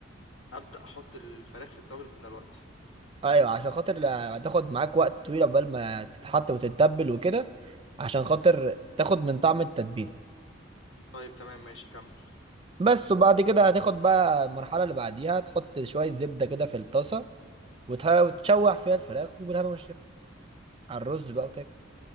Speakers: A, on the left (about 80°); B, on the right (about 25°).
A: ابدا احط الفراخ في التوابل من دلوقتي
B: أيوة عشان خاطر لا- هتاخد معاك وقت طويل عقبال ما تتحط وتتبل وكده عشان خاطر تاخد من طعم التتبيلة
A: طيب تمام ماشي كمل
B: بس وبعد كده هتاخد بقى المرحلة اللي بعديها تحط شوية زبدة كده في الطاسة وتح- وتشوح فيها الفراخ وبالهنا والشفا على الرز بقى وتاكل